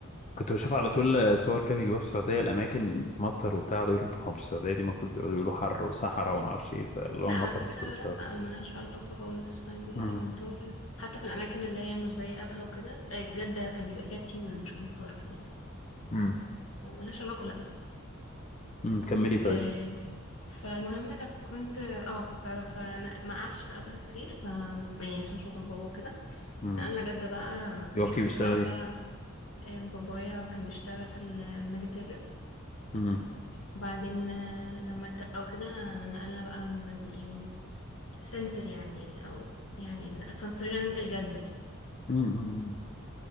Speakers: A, on the left (about 35°); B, on the left (about 75°).
A: كنت بشوف على طول آه، صور كده بيجيبوها في السعودية الأماكن بتمطر وبتاع ده يقولوا "طب في السعودية دي المفروض بيقولوا حر وصحراء وما أعرفش إيه فاللي هو
B: لا
A: مطر
B: على فكرة
A: كنت بستغرب
B: لا أنا ملهاش علاقة خالص عادي
A: مم.
B: في أمطار حتى في الأماكن اللي هي مش زي أبها وكده إيه، جدة كان بيبقى فيها سيول مش أمطار كمان
A: مم.
B: ملهاش علاقة لا
A: امم كملي طيب
B: إيه... فالمهم أنا كنت اه ف... فأنا ما قعدتش في أبها كتير ف يعني عشان شغل بابا وكده
A: امم
B: نقلنا جدة بقى دي
A: يوكي
B: الفترة
A: بيشتغل
B: اللي أنا
A: ايه
B: فيها آه، بابايا كان بيشتغل ميديكال ريب
A: امم
B: وبعدين آه، لما اترقى وكده نقلنا بقى مدي يعني سنتر يعني او يعني فاضطرينا ننقل جدة يعني
A: امم